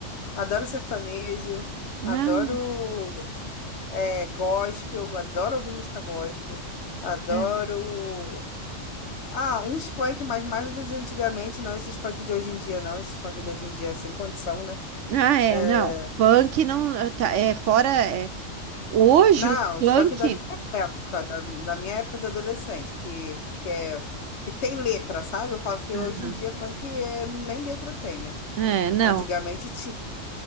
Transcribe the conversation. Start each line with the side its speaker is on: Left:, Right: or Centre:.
Left: adoro sertanejo, adoro
Right: Ah,
Left: é, gospel, adoro ouvir música gospel, adoro.
Right: é.
Left: Ah, uns funk, mas mais do de antigamente, não esses funk de hoje em dia, não. Esses funk de hoje em dia, sem condição, né?
Right: Ah, é,
Left: É,
Right: não. Funk não, tá, é fora, é. Hoje
Left: Não,
Right: os funk...
Left: os funk da minha época, da, da minha época de adolescente, que, que, é, que tem letra, sabe? Eu falo que
Right: Aham.
Left: hoje em dia funk é, nem letra tem, né?
Right: É, não.
Left: Antigamente tinha.